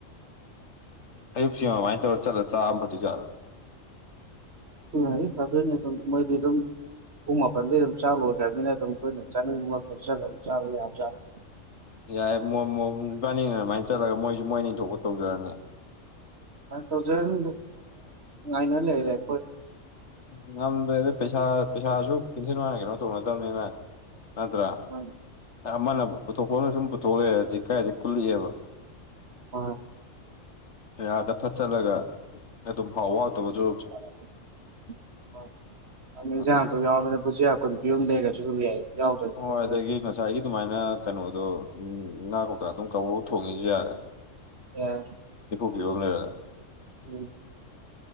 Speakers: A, on the left; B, on the right.
A: ꯑꯌꯨꯛꯁꯤ ꯑꯗꯨꯃꯥꯏꯅ ꯇꯧꯔ ꯆꯠꯂ ꯆꯥꯑ ꯐꯗꯨꯖꯥꯠꯂ
B: ꯨꯡ ꯍꯥꯏ ꯐꯗꯣꯏꯅꯦꯠꯇ ꯃꯣꯏ ꯑꯗꯨꯝ ꯄꯨꯡ ꯃꯥꯄꯟꯗꯩ ꯑꯗꯨꯝ ꯆꯥꯂꯨꯗ꯭ꯔꯕꯅꯤꯅ ꯑꯗꯨꯝ ꯀꯨꯏꯅ ꯆꯥꯅꯤꯡ ꯆꯠꯂ ꯑꯗꯨ ꯆꯥꯔꯨꯥꯔꯨ
A: ꯌꯥꯏꯦ ꯃ ꯅꯤꯄꯥꯅꯤꯅ ꯑꯗꯨꯃꯥꯏꯅ ꯆꯠꯂꯒ ꯃꯣꯏꯁꯨ ꯃꯣꯏ ꯅꯤꯡ ꯊꯣꯛꯄ ꯇꯧꯖꯔꯅꯤ
B: ꯊ ꯊꯧꯖꯟ ꯑꯩꯅ ꯂꯩꯦꯦ
A: ꯉꯝꯗ꯭ꯔꯦꯗ ꯄꯩꯁꯥ ꯄꯩꯁꯥꯁꯨ ꯄꯨꯤꯟꯁꯤꯟ ꯋꯥꯅ ꯀꯩꯅꯣ ꯇꯧꯅꯗꯕꯅꯤꯅ ꯅꯠꯇ꯭ꯔ
B: ꯎꯝ
A: ꯑꯃꯅ ꯄꯨ ꯄꯨꯊꯣꯛꯄꯅ ꯁꯨꯝ ꯄꯨꯊꯣꯛꯂꯛꯑꯦꯔꯗꯤ ꯀꯥꯏꯗꯤ ꯀꯨꯜꯂꯤꯑꯕ
B: ꯑ
A: ꯌꯥꯥꯗ ꯐꯠꯆꯜꯂꯒ ꯑꯗꯨꯝꯥꯎꯇꯕꯁꯨ
B: ꯌ ꯃ ꯄꯨ ꯌꯥ ꯈꯨ
A: ꯑꯗꯨ
B: ꯀꯨꯒ ꯖ ꯌꯥꯏ ꯌꯥꯎꯗ꯭ꯔꯁꯨ
A: ꯑꯣ
B: ꯀꯩꯁꯨ
A: ꯑꯗꯨꯗꯒꯤ
B: ꯅꯠꯇꯦ
A: ꯉꯁꯥꯏꯒꯤ ꯑꯗꯨꯃꯥꯏꯅ ꯀꯩꯅꯣꯗꯣ ꯎꯝ ꯉꯥ ꯀꯧꯇ ꯑꯗꯨꯝ ꯀꯕ ꯊꯣꯡꯉꯁꯨ ꯌꯥꯔꯦ
B: ꯌꯥ
A: ꯌ
B: ꯎꯝ